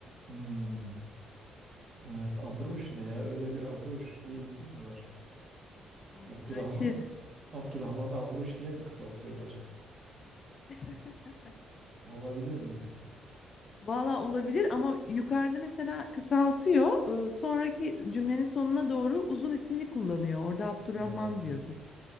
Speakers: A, on the right; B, on the left.
A: Hmm. Evet, Abroş ne ya? Öyle bir Abroş diye isim mi var?
B: Apraşı.
A: Abdurrahman, Abdurrahman'ı Abroş diye mi kısaltıyorlar?
B: <laughs>
A: Olabilir mi?
B: Valla olabilir ama yukarıda mesela kısaltıyor. Ee, Sonraki cümlenin sonuna doğru uzun ismini kullanıyor. Orada Abdurrahman
A: Ee,
B: diyor tek.